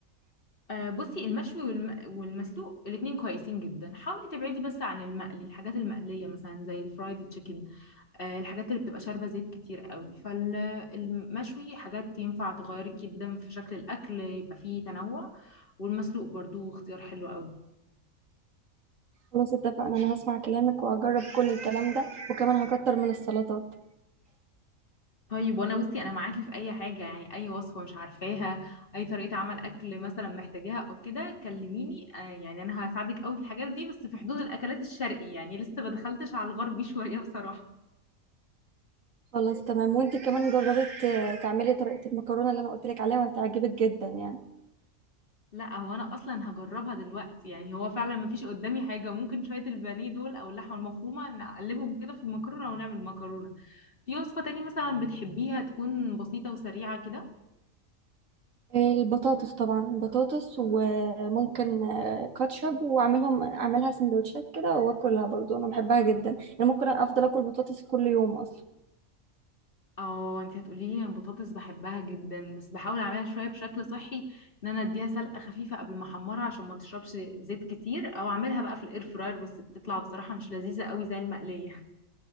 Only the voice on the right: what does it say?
خلاص اتفقنا انا هسمع كلامك وهجرب كل الكلام ده وكمان هكتر من السلطات
خلاص تمام وانتي كمان جربت آه، تعملي طريقه المكرونه اللي انا قلت لك عليها وهتعجبك جدا يعني
البطاطس طبعا بطاطس وممكن آه، كاتشب واعملهم اعملها سندوتشات كده واكلها برضو انا بحبها جدا انا ممكن افضل اكل بطاطس كل يوم اصلا